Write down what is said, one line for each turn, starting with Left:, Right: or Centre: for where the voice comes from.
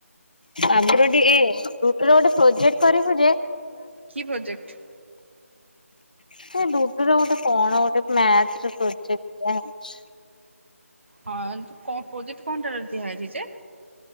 Left: ଆମର ଟ ଏ ଗୋଟେ ପ୍ରୋଜେକ୍ଟ କରିବୁ ଯେ
Right: କି ପ୍ରୋଜେକ୍ଟ?
Left: ସେ ଡୁଡୁର ଗୋଟେ କଣ ଗୋଟେ ମ୍ୟାଥ ର ପ୍ରୋଜେକ୍ଟ <inaudible>
Right: ହଁ ଯେ କଣ ପ୍ରୋଜେକ୍ଟ କଣଟା ଦିଆହେଇଚି ଯେ